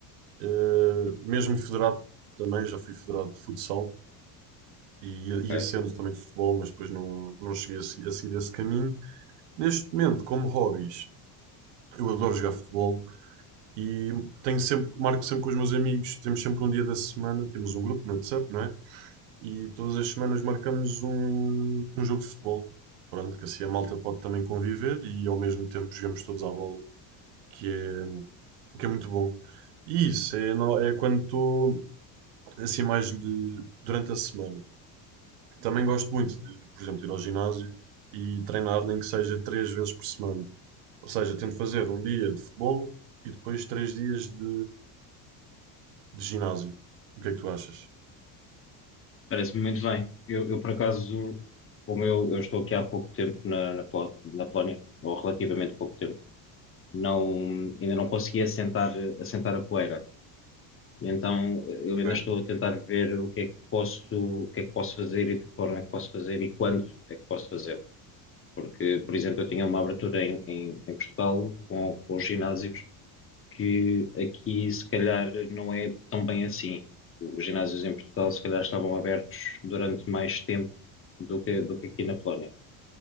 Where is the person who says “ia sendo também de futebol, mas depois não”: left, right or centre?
Right